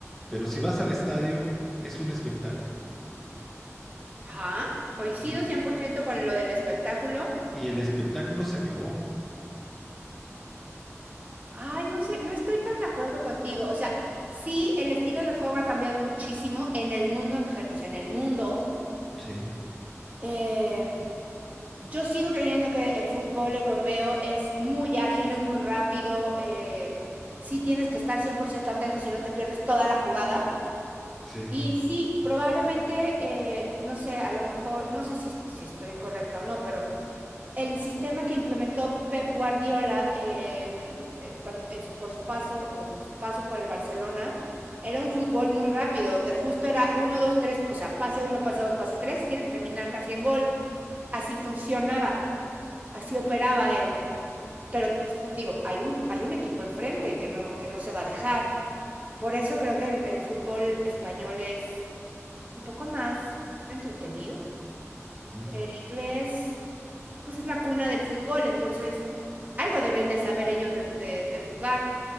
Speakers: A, in the centre; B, on the right.
A: pero si vas al estadio es un espectáculo.
B: Ajá, coincido
A: Y,
B: 100% con lo del espectáculo.
A: y el espectáculo se acabó.
B: Ay, no sé, no estoy tan de acuerdo contigo. O sea, sí, el estilo de juego ha cambiado muchísimo en el mundo, en gen- o sea, en el mundo.
A: Sí,
B: Eh, yo sigo creyendo que el fútbol europeo es muy ágil, es muy rápido. eh, sí tienes que estar 100% atento si no te pierdes toda la jugada.
A: sí.
B: Y sí, probablemente, eh, no sé, a lo mejor, no sé si, si estoy correcta o no, pero el sistema que implementó Pep Guardiola en, eh, cuando- en- su- por su paso, o en su paso por el Barcelona, era un fútbol muy rápido, donde justo era uno 2 tres o sea, pase uno pase 2 pase 3 tiene que terminar casi en gol. Así funcionaba, así operaba él. Pero digo, hay un, hay un equipo enfrente que no, que no se va a dejar. Por eso creo que el, el fútbol español es un poco más entretenido.
A: Ujú.
B: El inglés, pues es la cuna del fútbol, entonces algo deben de saber ellos de, de, de jugar.